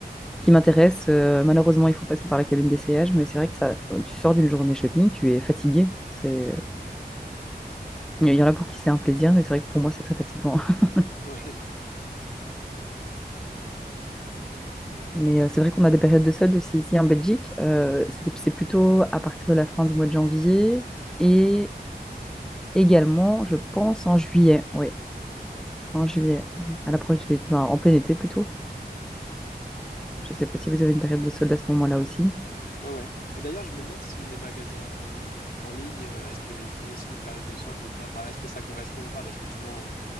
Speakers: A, in the centre; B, on the left (about 65°).
A: qui m'intéressent. Euh, malheureusement, il faut passer par la cabine d'essayage, mais c'est vrai que ça, euh, tu sors d'une journée shopping, tu es fatigué. C'est... Il y en a pour qui c'est un plaisir, mais c'est vrai que pour moi, c'est très fatigant. <laughs>
B: <laughs> Ouais,
A: Mais euh, c'est vrai qu'on a des périodes de soldes aussi ici en Belgique. Euh, c'est c'est plutôt à partir de la fin du mois de janvier et également, je pense, en juillet. Oui,
B: ouais.
A: en juillet, à l'approche de l'été, enfin, en plein été plutôt. Je ne sais pas si vous avez une période de solde à ce moment-là aussi.
B: Ouais, ouais. Et d'ailleurs, je me demande si les magasins en ligne, euh, est-ce qu'ils font aussi une période de solde ou pas? Enfin, est-ce que ça correspond ou pas? Parce que souvent,